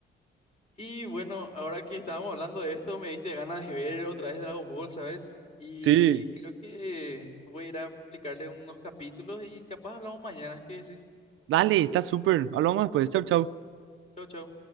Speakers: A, on the left (about 35°); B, on the right (about 80°).
A: Y bueno, ahora que estábamos hablando de esto, me diste ganas de ver otra vez Dragon Ball, ¿sabes? Y
B: Sí,
A: creo que voy a ir a aplicarle unos capítulos y capaz hablamos mañana. ¿Qué decís?
B: dale, está súper. Hablamos después. Chau, chau.
A: Chau, chau.